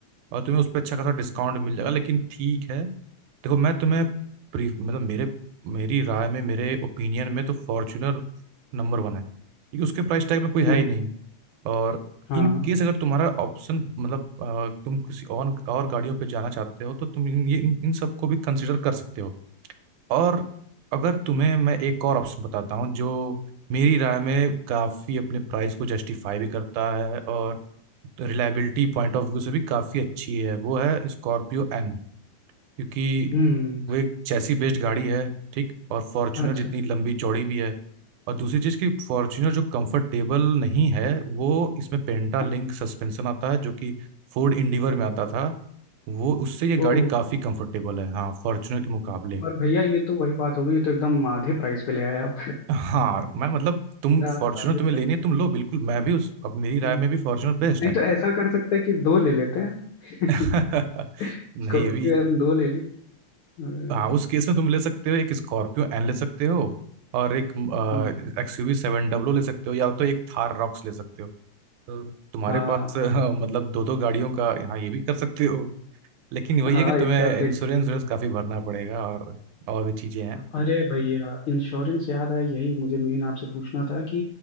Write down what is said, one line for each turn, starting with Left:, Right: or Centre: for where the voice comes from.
Right: और तुम्हें उस पर अच्छा खासा डिस्काउंट मिल जाएगा लेकिन ठीक है देखो मैं तुम्हें प्री मतलब मेरे मेरी राय में मेरे ओपिनियन में तो फॉर्च्यूनर नंबर वन है क्योंकि उसके प्राइस टैग में कोई है
Left: हम्म
Right: ही नहीं और
Left: हाँ
Right: इन केस अगर तुम्हारा ऑप्शन मतलब अ, तुम किसी और और गाड़ियों पे जाना चाहते हो तो तुम इन ये- इन इन सबको भी कंसिडर कर सकते हो और अगर तुम्हें मैं एक और ऑप्शन बताता हूँ जो मेरी राय में काफ़ी अपने प्राइस को जस्टिफाई भी करता है और रिलायबिलिटी पॉइंट ऑफ व्यू से भी काफ़ी अच्छी है वो है स्कॉर्पियो एन क्योंकि
Left: हम्म
Right: वो एक चैसी बेस्ड गाड़ी है ठीक और फॉर्च्यूनर
Left: अच्छा
Right: जितनी लंबी चौड़ी भी है और दूसरी चीज़ कि फॉर्च्यूनर जो कंफर्टेबल नहीं है वो इसमें पेंटा
Left: हाँ,
Right: लिंक सस्पेंशन आता है जो कि फोर्ड इंडिवर में आता था वो उससे ये
Left: ओ
Right: गाड़ी काफ़ी कंफर्टेबल है हाँ फॉर्च्यूनर के मुकाबले
Left: पर भैया ये तो वही बात हो गई ये तो एकदम आधे प्राइस पे ले आए आप <laughs>
Right: हाँ मैं मतलब तुम
Left: आप
Right: फॉर्च्यूनर
Left: आधे
Right: तुम्हें
Left: प्राइस
Right: लेनी है तुम
Left: पे
Right: लो बिल्कुल मैं भी उस अब मेरी राय
Left: हम्म,
Right: में भी फॉर्च्यूनर बेस्ट
Left: नहीं
Right: है
Left: तो ऐसा कर सकते हैं कि दो ले लेते हैं <laughs>
Right: <laughs> नहीं
Left: स्कॉर्पियो
Right: ये भी
Left: दो ले लीजिए अ,
Right: हाँ उस केस में तुम ले सकते हो एक स्कॉर्पियो एन ले सकते हो और एक
Left: हम्म,
Right: एक्सयूवी सेवन डब्लो ले सकते हो या तो एक थार रॉक्स ले सकते हो तो तुम्हारे
Left: हाँ
Right: पास <laughs> अ, मतलब दो दो गाड़ियों का यहाँ ये भी कर सकते हो लेकिन वही
Left: हाँ
Right: है कि तुम्हें
Left: एक साथ
Right: इंश्योरेंस
Left: देख लो
Right: इंश्योरेंस काफी भरना पड़ेगा और और भी चीजें हैं
Left: अरे भैया इंश्योरेंस याद आया यही मुझे मेन आपसे पूछना था कि